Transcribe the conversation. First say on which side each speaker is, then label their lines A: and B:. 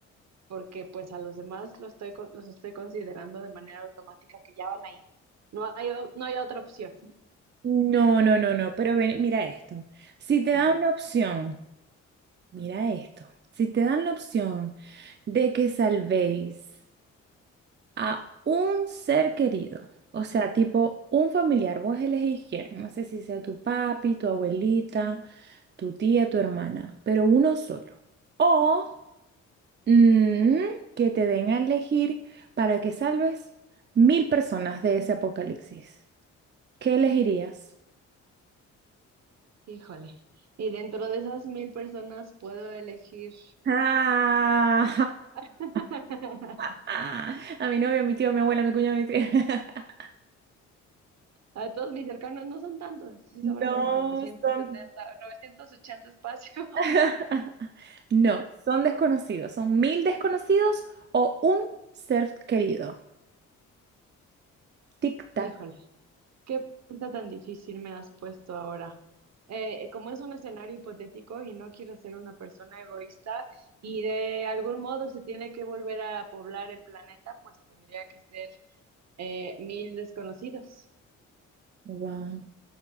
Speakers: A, on the right; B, on the right.
A: porque pues a los demás los estoy, con- los estoy considerando de manera automática que ya van ahí. No hay, o- no hay otra opción.
B: No, no, no, no, pero ven, mira esto. Si te dan
A: Ajá.
B: la opción, mira esto. Si te dan la opción de que salvéis a un ser querido, o sea, tipo un familiar, vos elegís quién, no sé si sea tu papi, tu abuelita, tu tía, tu hermana, pero uno solo. O Mm, que te den a elegir para que salves mil personas de ese apocalipsis. ¿Qué elegirías?
A: Híjole. Y dentro de esas mil personas puedo elegir.
B: Ah,
A: <laughs>
B: <laughs> ja, ja. Ah, A mi novio, a mi tío, a mi abuela, a mi cuñado, a mi tía. <laughs>
A: A todos mis cercanos no son tantos, sí
B: No
A: sobran como novecientos
B: son.
A: setenta novecientos ochenta espacios.
B: <laughs>
A: <laughs>
B: No, son desconocidos. Son mil desconocidos o un ser querido. Tic-tac.
A: Híjole. Qué pregunta tan difícil me has puesto ahora. Eh, como es un escenario hipotético y no quiero ser una persona egoísta y de algún modo se tiene que volver a poblar el planeta, pues tendría que ser eh, mil desconocidos.
B: Wow.